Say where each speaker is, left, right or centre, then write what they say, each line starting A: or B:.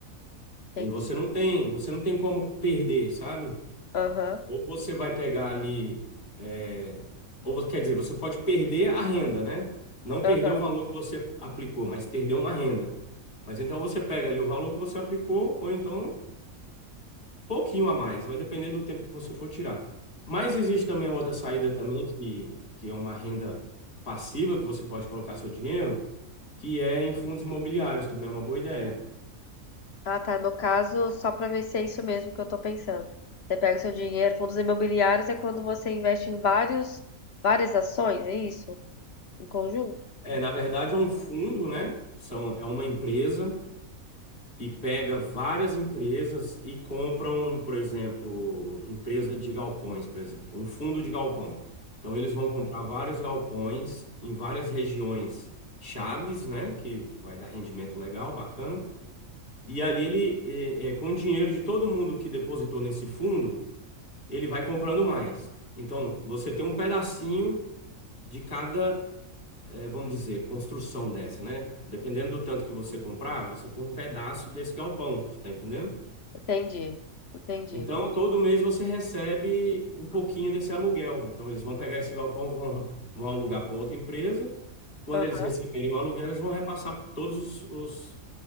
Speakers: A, on the left (about 60°); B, on the left (about 75°).
A: Entendi.
B: E você não tem, você não tem como perder, sabe?
A: Aham,
B: Ou você vai pegar ali, é, ou você- quer dizer, você pode perder a renda, né? Não
A: aham.
B: perder o valor que você aplicou, mas perder uma renda. Mas então você pega ali o valor que você aplicou, ou então pouquinho a mais, vai depender do tempo que você for tirar. Mas existe também outra saída também, que, que é uma renda passiva que você pode colocar seu dinheiro, que é em fundos imobiliários, também é uma boa ideia.
A: Ah, tá. No caso, só para ver se é isso mesmo que eu tô pensando. Você pega o seu dinheiro, fundos imobiliários é quando você investe em vários, várias ações, é isso? Em conjunto?
B: É, na verdade, é um fundo, né? São, é uma empresa que pega várias empresas e compram, por exemplo, empresa de galpões, por exemplo, um fundo de galpão. Então, eles vão comprar vários galpões em várias regiões chaves, né? Que, que vai dar rendimento legal, bacana. E ali ele, é, é, com o dinheiro de todo mundo que depositou nesse fundo, ele vai comprando mais. Então, você tem um pedacinho de cada, é, vamos dizer, construção dessa, né? Dependendo do tanto que você comprar, você tem um pedaço desse galpão, você tá entendendo?
A: Entendi, entendi.
B: Então, todo mês você recebe um pouquinho desse aluguel. Então, eles vão pegar esse galpão, vão, vão alugar para outra empresa. Quando
A: Aham.
B: eles receberem o aluguel, eles vão repassar para todos os, os